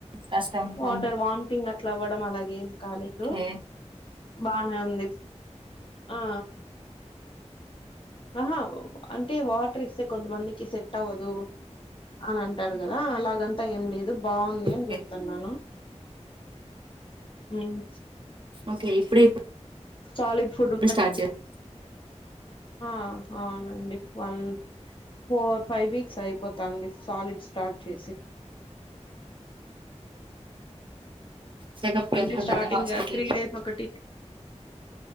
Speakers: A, on the right (about 45°); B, on the left (about 45°).
A: కష్టం
B: వాటర్ వామిటింగ్ అట్లా అవ్వడం అలాగేం కాలేదు
A: ఓకే
B: బానే ఉంది ఆ ఆహా అంటే వాటర్ ఇస్తే కొంతమందికి సెట్ అవ్వదు అన అంటారు కదా అలాగం ఏం లేదు బాగుంది అని
A: ఓకే
B: చెప్తున్నాను హ్మ్మ్
A: ఓకే ఇప్పుడే
B: సాలిడ్ ఫుడ్ ఉ
A: స్టార్ట్ చేస్
B: ఆ అవునండి వన్ ఫోర్ ఫైవ్ వీక్స్ అయిపోతాంది సాలిడ్ స్టార్ట్ చేసి
A: చెకప్కి
B: అంటే
A: వెళ్తున్నారా
B: స్టార్టింగ్
A: హాస్పిటల్కి
B: త్రీ డేస్ ఒకటి